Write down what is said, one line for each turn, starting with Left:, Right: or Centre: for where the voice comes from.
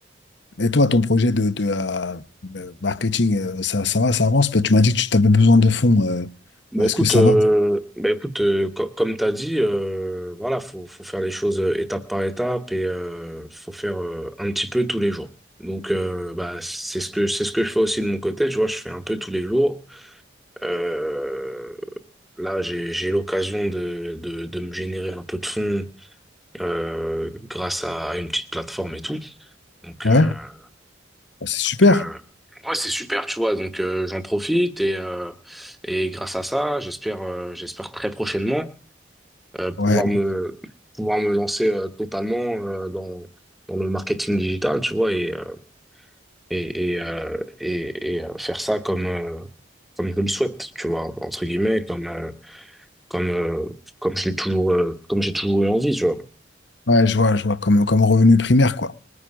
Left: Et toi, ton projet de, de, euh, de marketing, euh, ça, ça va, ça avance? Parce que Tu m'as dit que tu avais besoin de fonds. euh,
Centre: Bah
Left: euh,
Centre: écoute,
Left: est-ce que ça
Centre: euh,
Left: va?
Centre: bah écoute, euh, co- comme t'as dit, euh, voilà, faut, faut faire les choses euh, étape par étape et euh, faut faire euh, un petit peu tous les jours. Donc, euh, bah c'est ce que c'est ce que je fais aussi de mon côté. Tu vois, je fais un peu tous les jours. Euh, Là, j'ai, j'ai l'occasion de, de, de me générer un peu de fonds euh, grâce à une petite plateforme et tout. Donc,
Left: Ouais,
Centre: euh,
Left: Bah, c'est
Centre: donc,
Left: super.
Centre: euh, ouais, c'est super, tu vois. Donc, euh, j'en profite et, euh, et grâce à ça, j'espère, euh, j'espère très prochainement euh, pouvoir
Left: Ouais,
Centre: me, pouvoir me lancer euh, totalement euh, dans, dans le marketing digital, tu vois, et, euh, et, et, euh, et, et, euh, faire ça comme, euh, comme je le souhaite, tu vois, entre guillemets, comme, euh, comme euh, comme je l'ai toujours euh, comme j'ai toujours eu envie, tu vois.
Left: ouais, je vois, je vois, comme, comme revenu primaire, quoi.